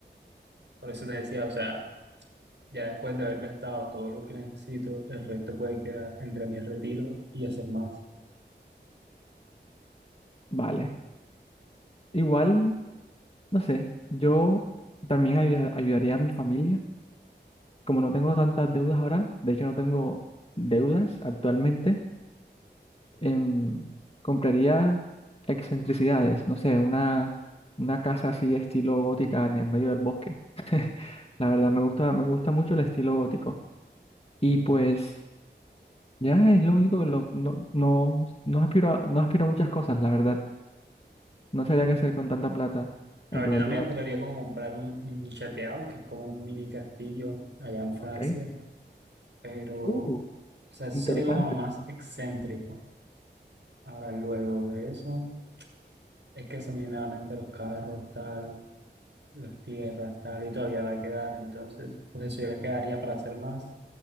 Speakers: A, on the right; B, on the left.
A: Por eso te decía, o sea, ya después de haber gastado todo lo que necesito, el resto puede quedar entre mi retiro y hacer más.
B: Vale. Igual, no sé, yo también ayu- ayudaría a mi familia como no tengo tantas deudas ahora, de hecho no tengo deudas actualmente, em, compraría excentricidades, no sé, una, una casa así estilo gótica en el medio del bosque. <laughs> La verdad me gusta, me gusta mucho el estilo gótico. Y pues ya es lo único que lo- no, no, no aspiro a, no aspiro a muchas cosas, la verdad. No sabría qué hacer con tanta plata
A: A
B: en
A: ver,
B: primer
A: yo también
B: lugar.
A: aspiraría como comprar un, un chateau, que es como un mini castillo allá en Francia,
B: Ok.
A: pero, o
B: Uh,
A: sea, eso
B: interesante.
A: sería como lo más excéntrico. Ahora, luego de eso, es que se me viene a la mente los carros, tal, las tierras, tal, y todavía va a quedar, entonces, pues eso ya quedaría para hacer más